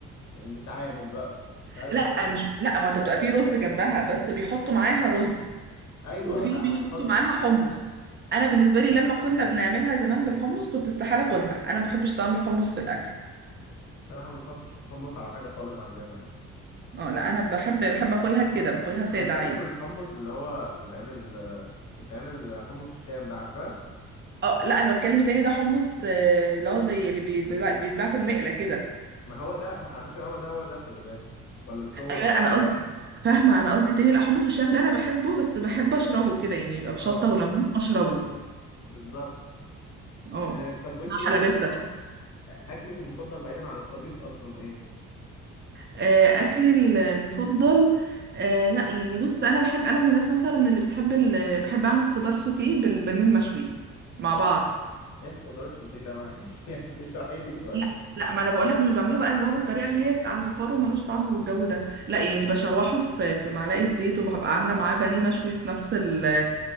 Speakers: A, on the left; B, on the right.
A: نتعامل بقى مش عارف
B: لا
A: ازاي بس.
B: مش لا ما انت بتبقى في رز جنبها بس بيحطوا معاها رز
A: ايوه
B: وفي
A: لا
B: بيحطوا
A: ما بنحطش
B: معاها
A: <laughs>
B: حمص انا بالنسبه لي لما كنا بنعملها زمان بالحمص كنت استحاله اكلها انا ما بحبش طعم الحمص في الاكل
A: بصراحه ما بنحطش حمص على حاجه خالص عندنا يعني.
B: اه لا انا بحب بحب اكلها كده باكلها ساده
A: انا ممكن
B: عادي
A: اكل الحمص اللي هو بيتعمل بيتعمل حمص الشام ده عارفاه
B: اه لا انا بتكلم التاني ده حمص آه، اللي هو زي اللي بيتباع بيتباع في المقلة كده
A: ما هو ده على فكره هو ده هو ده خلي بالك ولا مش هو
B: ايوه لا انا قصدي فاهمة انا قصدي التاني لا حمص الشام ده انا بحبه بس بحب اشربه كده يعني يبقى بشطة
A: اه
B: وليمون واشربه
A: بالظبط
B: اه
A: آه طب
B: اسمها
A: وانت بقى
B: حلبسة
A: بتحب- اكلك المفضل بعيدا عن الطبيخ اصلا ايه
B: آه، اكلي ال- المفضل آه، لا يعني بص انا بحب انا من الناس مثلا اللي بتحب ال... بحب اعمل خضار سوتيه بالبانيه المشوي مع بعض
A: ايه الخضار السوتيه ده معلش <laughs> يعني اشرحي لي شويه
B: لا لا ما انا بقولك مش بعمله بقى اللي هو بالطريقه اللي هي على البخار وملوش طعم والجو ده لا يعني بشوحه في في معلقه زيت وببقى عامله معاه بانيه مشوي في نفس ال-